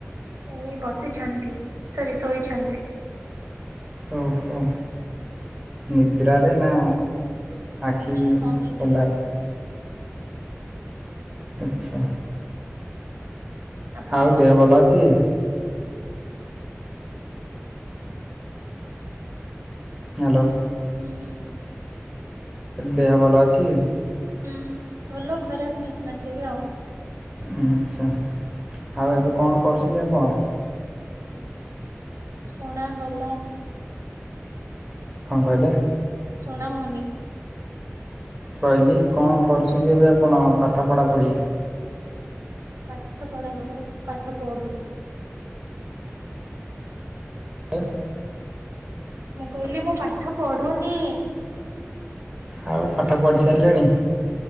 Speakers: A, on the right; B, on the right.
A: ଏ ବସିଛନ୍ତି ସରି ଶୋଇଛନ୍ତି।
B: ଓହୋ ନିଦ୍ରାରେ ନା। ଆଖି
A: ନାଇଁ ଅନିଦ୍ରାରେ
B: ଖୋଲାରେ ଆଚ୍ଛା।
A: ଆପଣ
B: ଆଉ ଦେହ ଭଲ ଅଛି? ହ୍ୟାଲୋ।
A: ହୁଁ।
B: ଦେହ ଭଲ ଅଛି?
A: ହୁଁ, ଭଲ ଖରାପ ମିଶା ମିସିକି ଆଉ।
B: ଆଚ୍ଛା ଆଉ ଏବେ କଣ କରୁଛନ୍ତି ଆପଣ?
A: ଶୁଣା ଗଲାନି।
B: କଣ କହିଲେ?
A: ଶୁଣା ହଉନି
B: କହିଲି କଣ କରୁଛନ୍ତି ଏବେ ଆପଣ ପାଠ ପଢା ପଢି?
A: ପାଠ ପଢା ପଢି ପାଠ ପଢୁ।
B: ଆ।
A: ମୁଁ କହିଲି ମୁଁ ପାଠ ପଢୁନି।
B: ଆଉ ପାଠ ପଢିସାରିଲେଣି।